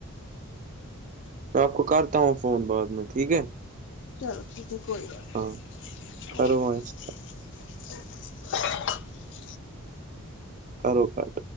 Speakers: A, on the right (about 35°); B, on the left (about 55°).
A: میں آپ کو کرتا ہوں فون بعد میں ٹھیک ہے
B: چلو ٹھیک ہے کوئی بات
A: ہاں
B: نہیں
A: کرو
B: اوکے
A: وہاں اس کا،
B: ا <unintelligible>
A: کرو پات